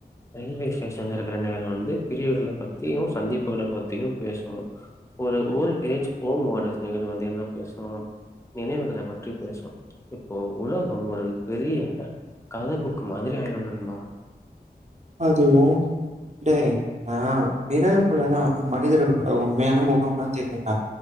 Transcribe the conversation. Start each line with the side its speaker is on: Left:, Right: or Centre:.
Left: ரயில்வே ஸ்டேஷன்ல இருக்கிற நிழல் வந்து பிரிவுகள பத்தியு சந்திப்புகள பத்தியு பேசோ ஒரு ஓல்ட் ஏஜ் ஹோமோட கள் வந்து என்ன பேசோ நினைவுகள பத்தி பேசோ இப்போ உலகம் ஒரு பெரிய <inaudible> கதை புக் மாதிரி ஆயிரு நண்பா
Right: அதுவு டேய் ஆ நிழலுக்குள்ளதா மனிதர்களோட உண்மையான முகம்லா தெரியுண்டா